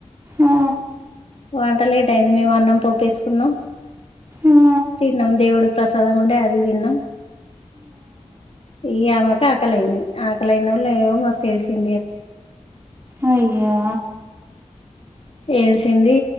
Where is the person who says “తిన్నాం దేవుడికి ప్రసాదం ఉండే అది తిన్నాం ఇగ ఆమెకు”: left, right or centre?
Left